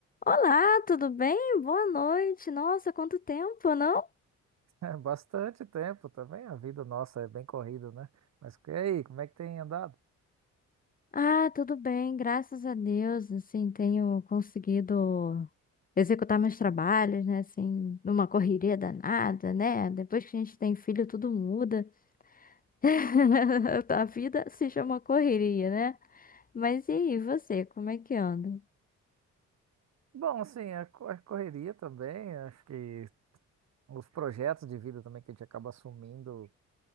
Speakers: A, on the left (about 30°); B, on the right (about 60°).
A: Olá, tudo bem? Boa noite. Nossa, quanto tempo, não?
B: <laughs> É bastante tempo também, a vida nossa é bem corrida, né? Mas e aí, como é que tem andado?
A: Ah, tudo bem, graças a Deus, assim, tenho conseguido executar meus trabalhos, né, assim, numa correria danada, né? Depois que a gente tem filho, tudo muda. <laughs> A vida se chama correria, né? Mas e aí, você, como é que anda?
B: Bom, assim, a co- a correria também, acho que os projetos de vida também que a gente acaba assumindo,